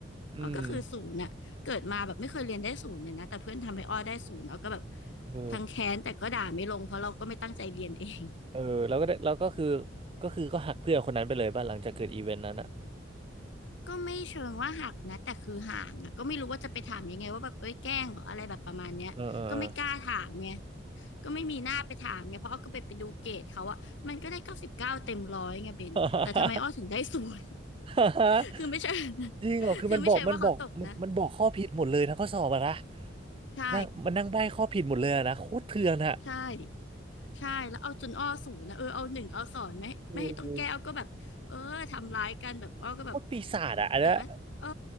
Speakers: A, on the right; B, on the left.
A: อืม
B: อ้อก็คือศูนย์อ่ะ เกิดมาแบบไม่เคยเรียนได้ศูนย์เลยนะแต่เพื่อนทำให้อ้อได้ศูนย์เราก็แบบ
A: เออ
B: ทั้งแค้นแต่ก็ด่าไม่ลงเพราะเราก็ไม่ตั้งใจเรียนเอง
A: เออแล้วก็ได้แล้วก็คือก็คือก็หักเพื่อนคนนั้นไปเลยป่ะหลังจากเกิดอีเวนต์นั้นอะ
B: <laughs> ก็ไม่เชิงว่าหักนะแต่คือห่างอะก็ไม่รู้ว่าจะไปถามยังไงว่าแบบเอ้ยแกล้งเหรออะไรแบบประมาณเนี้ยก็ไม่กล้าถามไง
A: เออเออเอ
B: ก็ไม่มีหน้าไปถามไงเพราะอ้อก็ไปไปดูเกรดเขาอะมันก็ได้เก้าสิบเก้าเต็มร้อยไงเบนแต่ทำไมอ้อถึงได้ศูนย์
A: อ <laughs>
B: <laughs> คือไม่ใช่ <laughs>
A: จริงเหรอคือมันบอกมันบอกมันมันบอกข้อผิดหมดเลยทั้งข้อสอบอะนะ
B: คือไม่ใช่ว่าเขาตกนะใช่
A: นั่งมันนั่งใบ้ข้อผิดหมดเลยอะนะโคตรเถื่อนอะ
B: ใช่ ใช่แล้วเอาจนอ้อศูนย์นะเออเอาหนึ่งเอาสอนไม่ไม่ให้ต้องแก้วก็แบบเออทำร้ายกันแบบอ้อก็แบบ
A: โอ้โหโคตรปีศาจอะอันเนี้ย
B: แต่ก็เออ